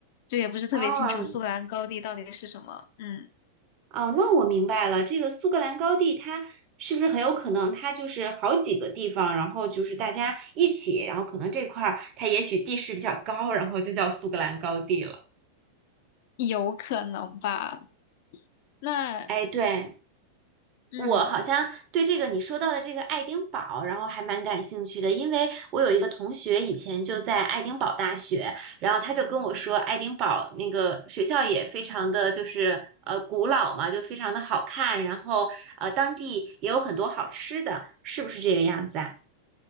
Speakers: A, on the left (about 50°); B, on the right (about 35°).
A: 就也不是特别清楚苏格兰高地到底是什么，
B: 哦，
A: 嗯。
B: 哦，那我明白了，这个苏格兰高地它是不是很有可能它就是好几个地方，然后就是大家一起，然后可能这块儿它也许地势比较高，然后就叫苏格兰高地了。
A: 有可能吧？那
B: 哎，对，
A: 嗯，
B: 我好像对这个你说到的这个爱丁堡，然后还蛮感兴趣的，因为我有一个同学以前就在爱丁堡大学，然后他就跟我说，爱丁堡那个学校也非常的就是呃古老嘛，就非常的好看，然后呃当地也有很多好吃的，是不是这个样子啊？